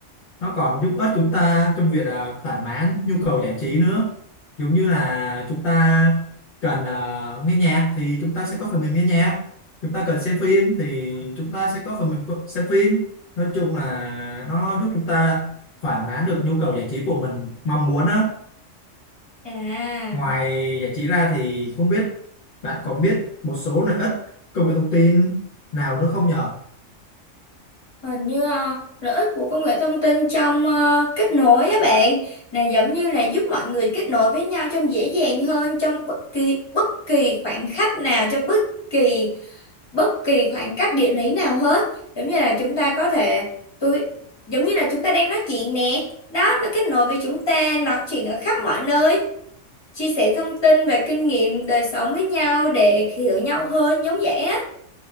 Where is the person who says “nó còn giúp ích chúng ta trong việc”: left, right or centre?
Left